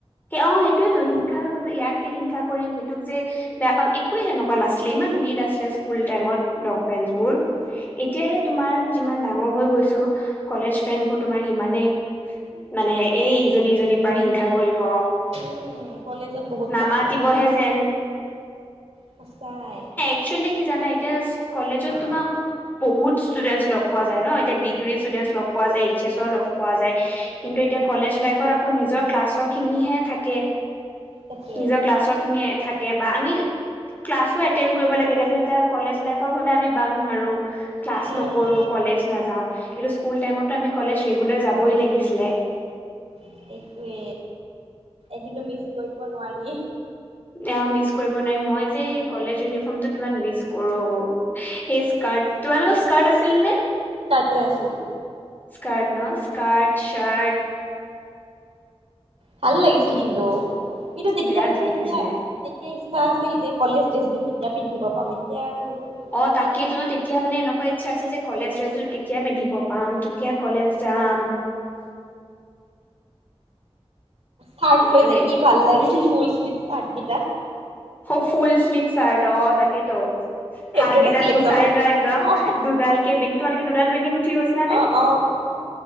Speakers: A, on the left; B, on the right.
A: অঁ সেইটোৱেতো হিংসা ইয়াক যে হিংসা কৰিম সেইটোক যে বেয়া পাম একোৱে সেনেকুৱা নাছিলে ইমান মিল আছিলে স্কুল টাইমত লগ ফেঞ্চবোৰ
B: সঁচা,
A: এতিয়াহে তোমাৰ যিমান ডাঙৰ হৈ গৈছো কলেজ ফ্ৰেন্ড বোৰ তোমাৰ সিমানেই মানে এই ইজনী ইজনীৰ পা হিংসা কৰিব
B: উম কলেজত বহুত
A: নামাতিবহে
B: পাইছো এনেকে
A: যেন
B: সঁচাই
A: আচলতে কি জানা এতিয়া কলেজত
B: অ
A: তোমাক বহুত ষ্টুডেন্টছ লগ পোৱা যায় ন এতিয়া ডিগ্ৰী ষ্টুডেন্টছ লগ পোৱা যায় এইচ এছৰ লগ পোৱা যায় কিন্তু
B: উম।
A: এতিয়া কলেজ লাইফত আকৌ নিজৰ ক্লাছৰ খিনিহে থাকে
B: তাকে
A: নিজৰ ক্লাছৰ খিনিয়ে থাকে বা আমি ক্লাছ তো এণ্টেন‌ কৰিব লাগে দিয়াচোন এতিয়া কলেজ লাইফত হলে আমি বাং মাৰো ক্লাছ
B: উম
A: নকৰো কলেজ নাযাও সেইটো স্কুল টাইমতো আমি কলেজ ৰেগুলাৰ যাবই লাগিছিলে
B: সেইটোৱে এদিনো মিচ কৰিব নোৱাৰি
A: অ মিচ কৰিব নোৱাৰি মই যে কলেজ ইউনিফৰ্মটো কিমান মিচ কৰোঁ সেই স্কাৰ্ট তোমালোকৰ স্কাৰ্ট আছিলনে
B: স্কাৰ্টে আছিল
A: স্কাৰ্ট ন স্কাৰ্ট চাৰ্ট
B: ভাল লাগিছিল কিন্তু কিন্তু তেতিয়া
A: বিৰাট ভাল
B: তেতিয়া
A: লাগিছিলে
B: তেতিয়া ইচ্ছা আছিল যে কলেজ ড্ৰেছযোৰ কেতিয়া পিন্ধিব পাম এতিয়া আৰু সেইটো ইচ্ছা
A: অ তাকেইতো
B: নাই।
A: ন তেতিয়া তেতিয়া মানে এনেকুৱা ইচ্ছা আছিল যে কলেজ ড্ৰেছযোৰ কেতিয়া পিন্ধিব পাম কেতিয়া কলেজ যাম
B: চাৰ্ট
A: কিন্তু
B: লৈ যে
A: এই
B: কি ভাল লাগিছিল ফুল স্লিভ চাৰ্ট গিটা
A: অ ফুল শ্লিভ চাৰ্ট অ তাকেতো
B: ফেভৰেট
A: হাতগিটা
B: আছিল
A: কুচাই
B: একদম।
A: লোৱা একদম
B: অ
A: দুডাল কে বেনি তোমালোকে দুডাল বেনী গুঠি গৈছিলা নে
B: অ অ অ